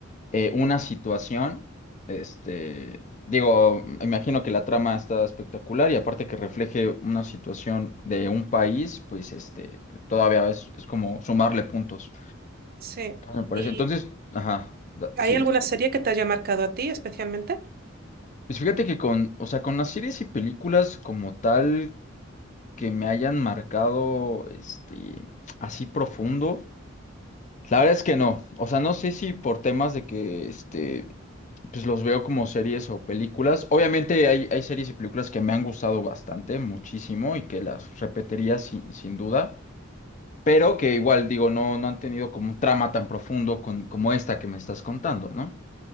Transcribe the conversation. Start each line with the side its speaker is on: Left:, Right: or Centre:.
Left: eh, una situación Este, digo, imagino que la trama está espectacular y aparte que refleje una situación de un país, pues este, todavía es, es como sumarle puntos,
Right: Sí.
Left: me parece.
Right: ¿Y
Left: Entonces, ajá, da-
Right: hay
Left: sí.
Right: alguna serie que te haya marcado a ti especialmente?
Left: Pues fíjate que con, o sea, con las series y películas como tal que me hayan marcado, este, así profundo. La verdad es que no. O sea, no sé si por temas de que este, pues los veo como series o películas. Obviamente hay, hay series y películas que me han gustado bastante, muchísimo, y que las repetiría sin, sin duda. Pero que igual, digo, no, no han tenido como un trama tan profundo con- como esta que me estás contando, ¿no?